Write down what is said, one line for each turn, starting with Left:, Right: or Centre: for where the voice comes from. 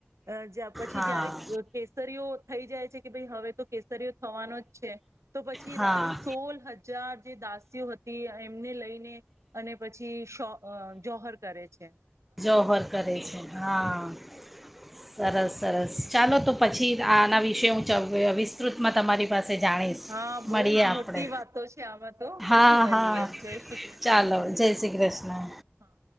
Right: અ જા પછી
Centre: હા
Right: જયારે કેસરીઓ થઈ જાય છે, કે ભાઈ હવે તો કેસરીઓ થવાનો જ છે. તો પછી
Centre: હા
Right: રાણી સોલ હજાર જે દાસીઓ હતી, એમને લઈને અને પછી શ જોહર કરે છે.
Centre: જોહર કરે છે, હા સરસ સરસ ચાલો તો પછી આના વિષ હું વિસ્તૃતમાં તમારી પાસે જાણીશ
Right: હા બહુ
Centre: મળીએ
Right: જ
Centre: આપણે
Right: મોટી વાતો છે, આમાં તો પછી
Centre: હા હા
Right: મળએ જય શ્રી કૃષ્ણ,
Centre: ચાલો જય શ્રી કૃષ્ણ
Right: હા.